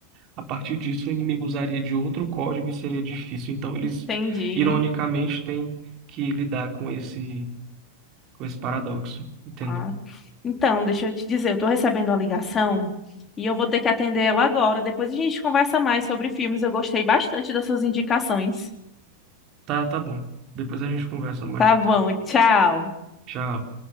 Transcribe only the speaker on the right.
a partir disso o inimigo usaria de outro código e seria difícil. Então eles
ironicamente têm que lidar com esse com esse paradoxo, entendeu?
Tá, tá bom. Depois a gente conversa mais,
então.
Tchau.